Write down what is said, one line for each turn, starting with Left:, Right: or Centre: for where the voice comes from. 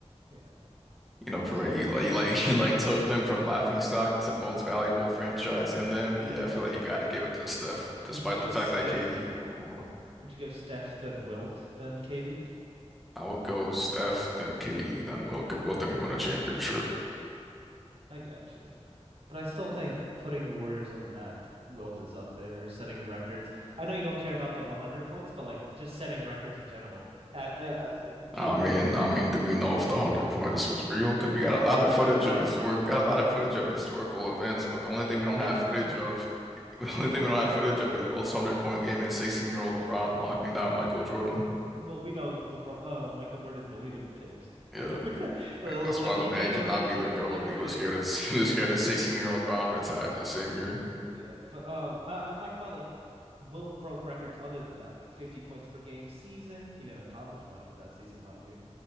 Right: Yeah.
Centre: You know, Perret,
Right: So would
Centre: you like
Right: you
Centre: you like <laughs> you like took them from laughing stock to most valuable franchise in the NBA. I feel like you got to give it to Steph, despite
Right: would you go
Centre: the
Right: Steph?
Centre: fact that KD won more.
Right: Would you go Steph then Wilt then KD?
Centre: I would go Steph, then KD, then Wilt. Because Wilt didn't win a championship.
Right: I got you. But I still think putting the Warriors on the map, Wilt is up there setting records. I know you don't care about the 100 points, but like just setting records in general, uh, uh, uh, keeping
Centre: I mean,
Right: a.
Centre: I mean, do we know if the hundred points was real? Because we got a lot of
Right: That's
Centre: footage
Right: what I'm saying.
Centre: of historic, we got a lot of footage of historical events, but the only thing we
Right: That-
Centre: don't
Right: That's
Centre: have
Right: what
Centre: footage
Right: I'm
Centre: of, <laughs> the only thing we don't have footage of is Wilt's hundred point game and sixteen year old LeBron locking down Michael Jordan.
Right: Well, we know LeBron, uh, Michael Jordan deleted the tapes.
Centre: Yeah.
Right: <laughs> Like
Centre: Like, that's why the
Right: he
Centre: man
Right: genuinely,
Centre: cannot be
Right: he
Centre: the
Right: e,
Centre: GOAT.
Right: everyone
Centre: He was
Right: admitted.
Centre: scared as <laughs> he was scared as 16-year-old Brown retired the same year.
Right: Yeah, but um, I, I'm talking about like Wilt broke records other than that, like 50 points per game season. He didn't accomplish much with that season, mind you.